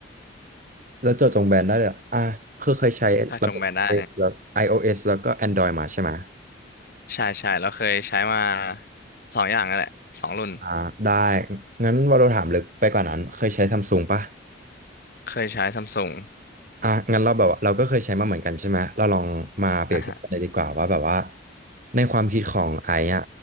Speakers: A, on the right (about 45°); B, on the left (about 55°).
A: แล้วเจาะจงแบรนด์ได้เลยอะอ่ะคือเคยใช้ระบบ
B: เจาะจงแบรนด์ได้
A: iOS แล้ว iOS แล้วก็ Android มาใช่ไหม
B: ใช่ใช่แล้วเคยใช้มาสองอย่างนั่นแหละสองรุ่น
A: อ่าได้งั้นวาโลถามลึกไปกว่านั้นเคยใช้ซัมซุงปะ
B: เคยใช้ซัมซุง
A: อ่ะงั้นเราแบบว่าเราก็เคยใช้มาเหมือนกันใช่ไหมเราลองมาเปรียบเทียบกันเลยดีกว่าว่าแบบว่า
B: อ่ะฮะ
A: ในความคิดของไอ้อะ